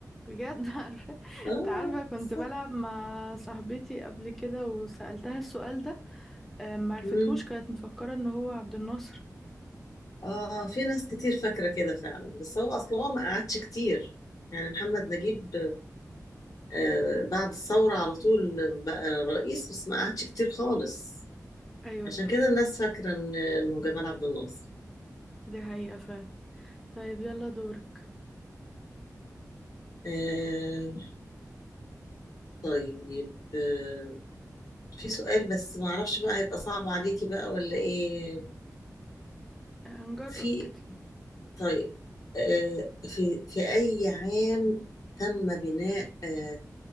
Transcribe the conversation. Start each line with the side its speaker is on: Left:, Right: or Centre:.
Centre: بجد <laughs> عارفة
Left: اه
Centre: انت عارفة كنت
Left: صح
Centre: بلعب مع صاحبتي قبل كده وسألتها السؤال ده آه، معرفتهوش
Left: مم.
Centre: كانت مفكرة ان هو عبد الناصر
Left: اه في ناس كتير فاكره كده فعلا بس هو اصلا هو ما قعدش كتير يعني محمد نجيب آه بعد الثوره على طول بقى رئيس بس ما قعدش كتير خالص
Centre: ايوه
Left: عشان
Centre: صح
Left: كده الناس فاكره ان انه جمال عبد الناصر
Centre: دي حقيقة فعلا طيب يلا دورك
Left: آه طيب آه في سؤال بس ما اعرفش بقى هيبقى صعب عليكي بقى ولا ايه
Centre: هنجرب
Left: في
Centre: كده
Left: طيب آه في في اي عام تم بناء آه